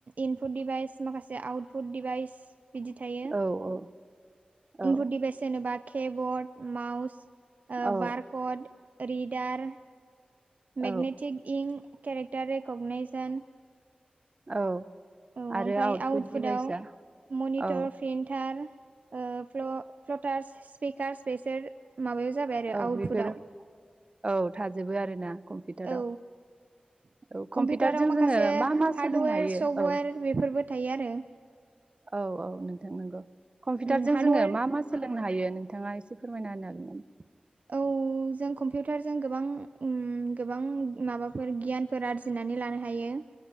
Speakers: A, on the right; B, on the right.
A: इनपुट दिभाइस माखासे आउटपुट दिभाइस बिदि थायो।
B: औ औ औ
A: इनपुट दिभाइस होनोब्ला केबर्ड माउस ओ
B: औ
A: बार् कड रिडार
B: औ
A: मेगनेटिक इंक केरेक्टार रेकगनायइजन
B: औ
A: औ
B: आरो
A: ओमफ्राय
B: आउटपुट
A: आउटपुटाव
B: डिभाइसआ
A: मनिटर
B: औ
A: प्रिन्टार ओ फ्ल-फ्लटारस स्पिकारस बेसोर माबायाव जाबाय आरो
B: औ
A: आउटपुटाव
B: बेफोर औ थाजोबो आरोना कम्पिउटाराव।
A: औ
B: औ
A: कम्पिउटाराव
B: कम्पिउटारजों
A: माखासे
B: जोङो मा मा
A: हार्डवेर
B: सोलोंनो हायो
A: सफ्टवेर
B: औ
A: बेफोरबो थायो आरो
B: औ औ नोंथां नंगौ कम्पिउटारजों
A: उम हार्डवेर
B: जोङो मा मा सोलोंनो हायो नोंथाङा एसे फोरमायना होनो हागोन नामा? <inaudible>
A: औ जों कम्पिउटारजों गोबां ओम गोबां माबाफोर गियानफोर आरजिनानै लानो हायो